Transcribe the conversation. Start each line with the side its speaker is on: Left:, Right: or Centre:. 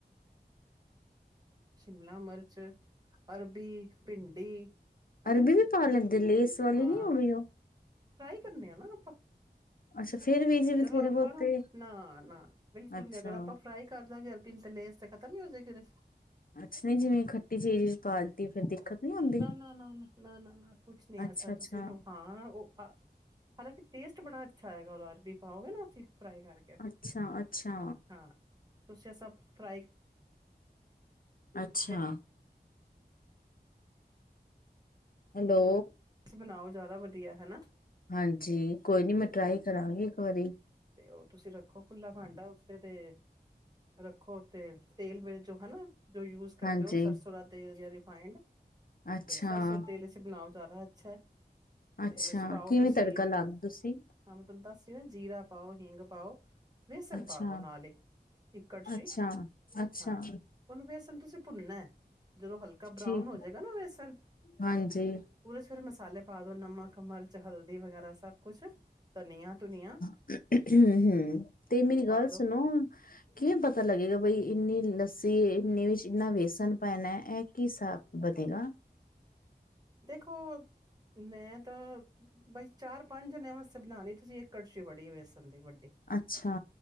Right: ਸ਼ਿਮਲਾ ਮਰਚ, ਅਰਬੀ ਭਿੰਡੀ ਹਨਾ
Left: ਅਰਬੀ ਵੀ ਪਾ ਲੈਂਦੇ ਲੇਸ ਵਾਲੀ
Right: ਹਾਂ
Left: ਨਹੀਂ ਹੋਣੀ ਉਹ
Right: ਫਰਾਈ ਕਰਨੇ ਆ ਨਾ ਆਪਾਂ
Left: ਅੱਛਾ। ਫੇਰ ਵੀ ਜਿਵੇਂ
Right: ਜਦੋਂ
Left: ਥੋੜੀ
Right: ਆਪਾਂ
Left: ਬਹੁਤ
Right: ਨੂੰ
Left: ਤੇ
Right: ਨਾਂ, ਨਾਂ, ਨਾਂ ਬਿਲਕੁਲ
Left: ਅੱਛਾ
Right: ਨੀਂ ਅਗਰ ਆਪਾਂ ਫਰਾਈ ਕਰ ਦਾਂਗੇ ਅ ਬੀ ਨੂੰ ਤੇ ਲੇਸ ਤੇ ਖਤਮ ਨੀਂ ਹੋ ਜੇਗੀ ਉਦੇ ਚ
Left: ਅੱਛਾ ਨਈਂ ਜਿਵੇਂ ਖੱਟੀ ਚੀਜ਼ ਪਾਤੀ ਫਿਰ ਦਿੱਕਤ ਨੀ ਆਉਂਦੀ
Right: ਨਾਂ ਨਾਂ ਨਾਂ ਨਾਂਅ ਨਾਂ ਕੁਛ ਨੀਂ
Left: ਅੱਛਾ
Right: ਐਸਾ
Left: ਅੱਛਾ
Right: ਤੁਸੀਂ ਉਹਨੂੰ ਹਾਂ, ਉਹ ਹਾਲਾਂਕਿ ਪੇਸਟ ਬੜਾ ਅੱਛਾ ਆਏਗਾ ਉਹਦਾ ਅਰਬੀ ਪਾਓਗੇ ਨਾਂ ਅਸੀਂ ਫਰਾਈ ਕਰਕੇ
Left: ਅੱਛਾ ਅੱਛਾ
Right: ਹਾਂ ਤੁਸੀਂ ਸਭ ਫਰਾਈ
Left: ਅੱਛਾ।
Right: ਕਰਕੇ
Left: ਹੈਲੋ
Right: ਬਣਾਓ ਜ਼ਿਆਦਾ ਵਧੀਆ ਹਨਾਂ!
Left: ਹਾਂਜੀ, ਕੋਈ ਨੀ ਮੈਂ ਟਰਾਈ ਕਰਾਂਗੀ। ਵਾਰੀ
Right: ਤੇ ਉਹ ਤੁਸੀਂ ਰੱਖੋ ਖੁੱਲਾ ਭਾਂਡਾ। ਤੇ ਰੱਖੋ ਉੱਥੇ ਤੇਲ ਮਿੱਲ ਚੋਂ ਹਨਾਂ। ਜੋ ਯੂਜ ਕਰਦੇ
Left: ਹਾਂਜੀ
Right: ਹੋ ਸਰਸੋਂ ਦਾ ਤੇਲ ਜ ਫਾਇੰਡ
Left: ਅੱਛਾ
Right: ਤੇ ਸਰਸੁਰ ਤੇਲ ਅਸੀਂ ਬਣਾਓ ਜ਼ਿਆਦਾ ਅੱਛਾ ਐ
Left: ਅੱਛਾ
Right: ਤੇ ਉਹਦੇ ਚ ਪਾਓ
Left: ਕਿਵੇਂ
Right: ਤੁਸੀਂ
Left: ਤੜਕਾ ਲਾਦੇ ਤੁਸੀਂ
Right: ਹਾਂ, ਮੈਂ ਤੁਹਾਨੂੰ ਦੱਸ ਜੀਰਾ। ਪਾਓ ਹਿੰਗ ਪਾਓ। ਵੇਸਨ
Left: ਅੱਛਾ
Right: ਪਾ ਦੋ ਨਾਲ ਹੀ ਇੱਕ ਕੜਛੀ
Left: ਅੱਛਾ ਅੱਛਾ
Right: ਹਾਂ, ਉਹਨੂੰ ਵੇਸਣ ਤੁਸੀਂ ਭੁੰਨਨਾ ਜਦੋਂ ਹਲਕਾ
Left: ਠੀਕ
Right: ਬਰਾਉਨ ਹੋ ਜਾਏਗਾ ਨਾਂ ਵੇਸਣ
Left: ਹਾਂਜੀ
Right: ਉਹਦੇ ਚ ਫਿਰ ਮਸਾਲੇ ਪਾਦ ਨਮਕ ਮਿਰਚ ਹਲਦੀ ਵਗੈਰਾ ਸਭ ਕੁਛ ਧਨੀਆਂ ਤੁਨੀਆਂ
Left: <unintelligible> ਤੇ ਮੇਰੀ ਗੱਲ
Right: ਦੋ
Left: ਸੁਣੋ ਕਿਵੇਂ ਪਤਾ ਲੱਗੇਗਾ ਬਈ ਇੰਨੀ ਲੱਸੀ ਨੀਂ ਇੰਨਾ ਵੇਸਣ ਪੈਣਾ ਇਹ ਕੀ ਹਿਸਾਬ ਬਨੇਗਾ।
Right: ਦੇਖੋ, ਮੈਂ ਤਾਂ ਬਸ ਚਾਰ ਪੰਜ ਜਣਿਆਂ ਵਾਸਤੇ ਬਣਾਉਣੀ ਤੁਸੀਂ ਇੱਕ ਕੜਛੀ ਬੜੀ ਵੈਸ ਵੱਡੇ
Left: ਅੱਛਾ